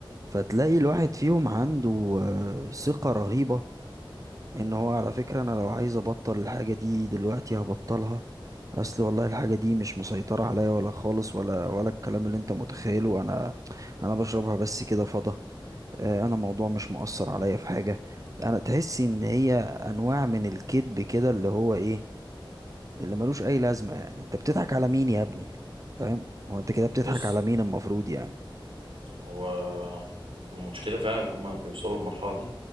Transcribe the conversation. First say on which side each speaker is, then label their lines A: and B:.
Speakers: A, on the right (about 40°); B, on the right (about 85°).
A: فتلاقي الواحد فيهم عنده آه، ثقة رهيبة ان هو على فكرة انا لو عايز ابطل الحاجة دي دلوقتي هبطلها اصل والله الحاجة دي مش مسيطرة عليا ولا خالص ولا ولا الكلام اللي انت متخيله انا انا بشربها بس كده فضة آه، انا الموضوع مش مؤثر عليا في حاجة انا تحس ان هي انواع من الكذب كده اللي هو ايه اللي ملوش اي لازمة يعني انت بتضحك على مين يا ابني فاهم هو انت كده بتضحك
B: بص
A: على مين المفروض يعني
B: هو المشكلة فعلا إن هما بيوصلوا للمرحلة دي